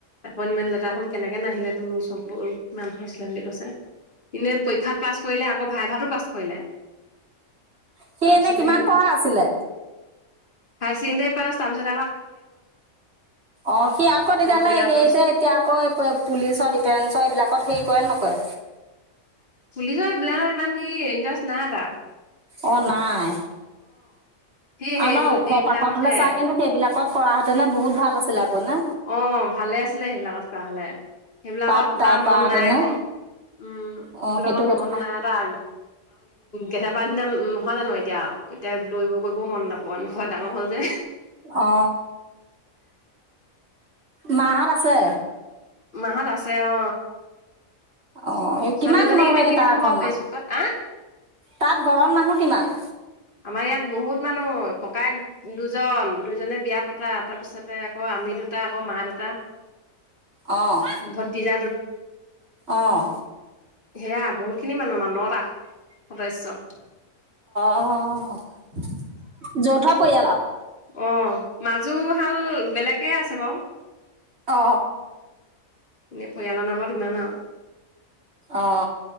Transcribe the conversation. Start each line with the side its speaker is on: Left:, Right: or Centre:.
Left: এপইন্টমেন্ট লেটাৰ খন কেনেকে নাহিলে তনোৰ চব কিমান সুচলা বুলি কৈছে এনেই পৰীক্ষাত পাছ কৰিলে আকৌ ভাই ভাতটো পাছ কৰিলে
Right: সি
Left: তাৰপিছতে
Right: এনে কিমান পঢ়া আছিলে
Left: হাইচেকেণ্ডেৰী পাচ তাপাছত
Right: অ সি আকৌ তেতিয়াহলে
Left: কম্পিউটাৰ পাছ
Right: যে এতিয়া আকৌ পুলিচত ফেৰেন্ছৰ এইবিলাকত হেৰি কৰে নকৰে
Left: খুলিছ এইবিলাক ইমান সি ইণ্টাৰেষ্ট নাই এটা
Right: অ নাই
Left: সি সেইবিলাক
Right: আৰু ন ওখ
Left: এইবিলাকতহে
Right: পাখ তলে চা কিন্তু সেইবিলাক কত কৰা হেতেনে বহুত ভাল আছিলে আকৌ নে
Left: অ ভালে আছিলে সেইবিলাকত কৰা হলে সেইবিলাকত
Right: তাত তাই
Left: এাৰ
Right: কৰাহেঁতেনে
Left: মন নাই আকৌ উম
Right: অ
Left: সেইবিলাকত
Right: সেইটো কথা
Left: মন নাই এটা আৰু কেথেপাৰ নিচিনা নহয় জানো এতিয়া আৰু এতিয়া দৌৰিব কৰিবও মন নাকয় নহয় ডাঙৰ হল যে
Right: অ মাহত আছে
Left: মাহত আছে অ
Right: অ এই
Left: ছোৱালীজনী
Right: কিমান তোমালোকৰ
Left: দেখি
Right: এনে তাৰ
Left: থাকো বাৰু
Right: ঘৰ মান
Left: ফেচবুকত আ
Right: তাত ঘৰত মানুহ কিমান
Left: আমাৰ ইয়াত বহুত মানুহ ককায়েক দুজন দুজনে বিয়া পতা তাৰপিছতে আকৌ আমি দুটা আকৌ মা দুটা
Right: আহ
Left: ভতিজা
Right: আহ
Left: সেয়া বহুত খিনি মানুহ আমাৰ ন টা সদস্য
Right: অ যৌথ পৰিয়াল আৰু
Left: অঁ মাজোশাল বেলেগেই আছে বাৰু
Right: অ
Left: এনেই পৰিয়ালৰ নামত ইমান আৰু
Right: অ